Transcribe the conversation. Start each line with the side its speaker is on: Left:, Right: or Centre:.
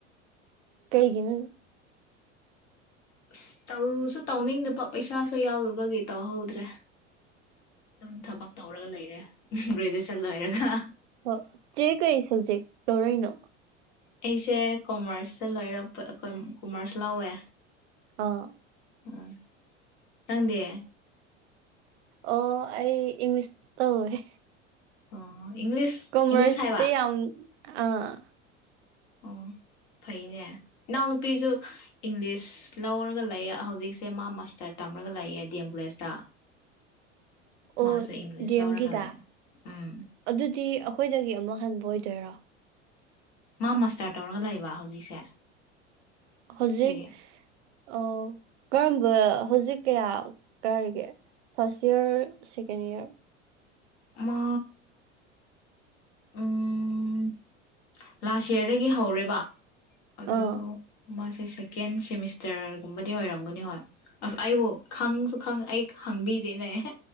Right: ꯀꯩꯒꯤꯅꯨꯟ
Left: ꯑꯁ ꯇꯧꯁꯨ ꯇꯧꯅꯤꯡꯗꯕ ꯄꯩꯁꯥꯁꯨ ꯌꯥꯎꯗꯕꯒꯤ ꯇꯧꯍꯧꯗ꯭ꯔꯦ ꯑꯗꯨꯝ ꯊꯕꯛ ꯇꯧꯔꯒ ꯂꯩꯔꯦ ꯒ꯭ꯔꯦꯖꯨꯑꯦꯁꯟ ꯂꯣꯏꯔꯒ
Right: ꯍꯣꯏ ꯆꯦ ꯀꯩ ꯁꯕꯖꯦꯛ ꯇꯧꯔꯩꯅꯣ
Left: ꯑꯩꯁꯦ ꯀꯣꯃꯔꯁꯇ ꯂꯣꯏꯔꯛꯄ ꯀꯣꯃꯔꯁ ꯂꯧꯋꯦ
Right: ꯑꯥ
Left: ꯑꯣ ꯅꯪꯗꯦ
Right: ꯑꯣ ꯑꯩ ꯏꯪꯂꯤꯁ ꯇꯧꯑꯦ
Left: ꯑꯣ ꯏꯪꯂꯤꯁ
Right: ꯀꯃꯔꯁ
Left: ꯏꯪꯂꯤꯁ ꯍꯥꯏꯕ
Right: ꯇꯤ ꯌꯥꯝ ꯑꯥ
Left: ꯑꯣ ꯐꯩꯅꯦ ꯏꯅꯥꯎ ꯅꯨꯄꯤꯁꯨ ꯏꯪꯂꯤꯁ ꯂꯧꯔꯒ ꯂꯩꯑ ꯍꯧꯖꯤꯛꯁꯦ ꯃꯥ ꯃꯥꯁꯇꯔ ꯇꯝꯔꯒ ꯂꯩꯌꯦ ꯗꯤ ꯑꯦꯝ ꯀꯣꯂꯦꯖꯇ
Right: ꯑꯣ
Left: ꯃꯥꯁꯨ ꯏꯪꯂꯤꯁ
Right: ꯗꯤ ꯑꯦꯝꯒꯤꯗ
Left: ꯂꯧꯔꯒ ꯂꯩꯌꯦ ꯎꯝ
Right: ꯑꯗꯨꯗꯤ ꯑꯩꯈꯣꯏꯗꯒꯤ ꯑꯃꯨꯛ ꯍꯟꯕ ꯑꯣꯏꯗꯣꯏꯔꯣ
Left: ꯃꯥ ꯃꯁꯇꯔ ꯇꯧꯔꯒ ꯂꯩꯕ ꯍꯧꯖꯤꯛꯁꯦ
Right: ꯍꯧꯖꯤꯛ
Left: ꯑꯗꯨꯒꯤ
Right: ꯑ ꯀꯔꯝꯕ ꯍꯧꯖꯤꯛ ꯀꯌꯥ ꯀꯥꯔꯤꯒꯦ ꯐꯥꯔꯁ ꯏꯔ ꯁꯦꯀꯦꯟ ꯏꯔ
Left: ꯃꯥ ꯎꯝ ꯂꯥꯁ ꯌꯤꯌꯥꯔꯗꯒꯤ ꯍꯧꯔꯦꯕ ꯑꯗꯨ
Right: ꯑꯥ
Left: ꯃꯥꯁꯦ ꯁꯦꯛ ꯀꯦꯟ ꯁꯦꯃꯤꯁꯇꯔꯒꯨꯝꯕꯗꯤ ꯑꯣꯏꯔꯝꯒꯅꯤ ꯍꯣꯏ ꯑꯁ ꯑꯩꯕꯨ ꯈꯪꯁꯨ ꯈꯪ ꯑꯩ ꯈꯪꯕꯤꯗꯦꯅꯦ